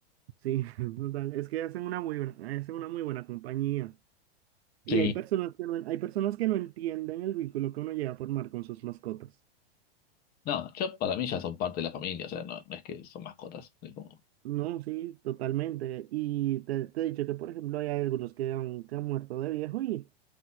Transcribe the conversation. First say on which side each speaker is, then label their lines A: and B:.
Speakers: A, on the right; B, on the left.
A: Sí, <laughs> total. Es que hacen una muy buena, hacen una muy buena compañía. Y
B: Sí.
A: hay personas que no, hay personas que no entienden el vínculo que uno llega a formar con sus mascotas.
B: No, yo para mí ya son parte de la familia, o sea, no, no es que son mascotas. es como-
A: No, sí, totalmente. Y te, te he dicho que, por ejemplo, hay algunos que han, que han muerto de viejo y...